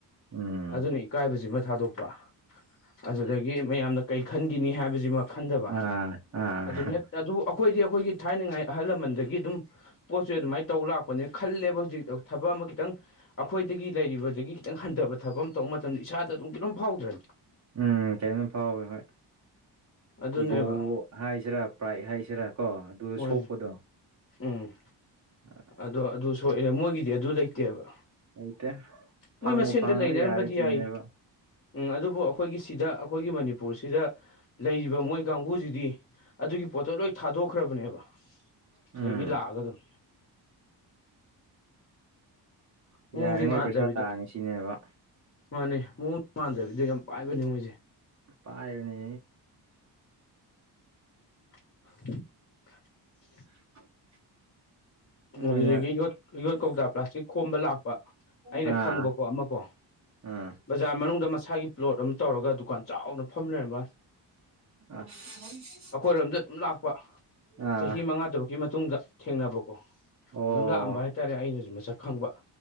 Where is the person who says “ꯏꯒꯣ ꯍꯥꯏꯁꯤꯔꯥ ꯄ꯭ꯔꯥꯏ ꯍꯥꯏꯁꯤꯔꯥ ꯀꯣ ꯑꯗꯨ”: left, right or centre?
Right